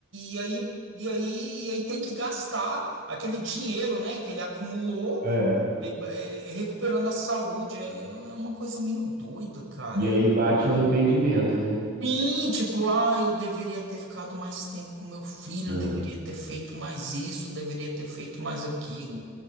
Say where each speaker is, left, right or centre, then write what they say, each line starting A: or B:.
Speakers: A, on the right (about 70°); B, on the right (about 45°).
A: e aí, e aí, e aí tem que gastar aquele dinheiro, né, que ele acumulou,
B: É.
A: é, recuperando a saúde. É é uma coisa meio doida, cara.
B: E aí bate o arrependimento, né?
A: Sim, tipo, ah, eu deveria ter ficado mais tempo com meu filho,
B: Hum.
A: deveria ter feito mais isso, deveria ter feito mais aquilo.